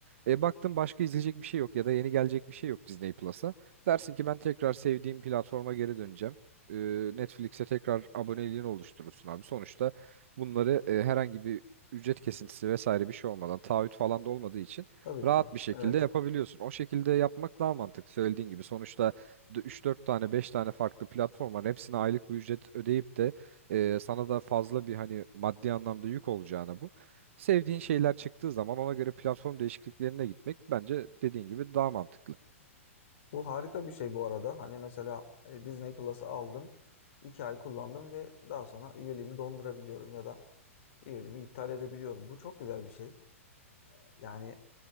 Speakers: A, on the right (about 60°); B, on the left (about 60°).
A: E, baktın başka izleyecek bir şey yok ya da yeni gelecek bir şey yok Disney Plus'a. Dersin ki ben tekrar sevdiğim platforma geri döneceğim. E, Netflix'e tekrar aboneliğini oluşturursun abi. Sonuçta bunları e, herhangi bir ücret kesintisi vesaire bir şey olmadan taahhüt falan da olmadığı için
B: Tabii
A: rahat
B: ki.
A: bir şekilde
B: Evet.
A: yapabiliyorsun. O şekilde yapmak daha mantıklı söylediğin gibi. Sonuçta üç dört tane 5 tane farklı platform var. Hepsine aylık bir ücret ödeyip de e, sana da fazla bir hani maddi anlamda yük olacağına bu. Sevdiğin şeyler çıktığı zaman ona göre platform değişikliklerine gitmek bence dediğin gibi daha mantıklı.
B: Bu harika bir şey bu arada. Hani mesela e, Disney Plus'ı aldım. iki ay kullandım ve daha sonra üyeliğimi dondurabiliyorum ya da üyeliğimi iptal edebiliyorum. Bu çok güzel bir şey. Yani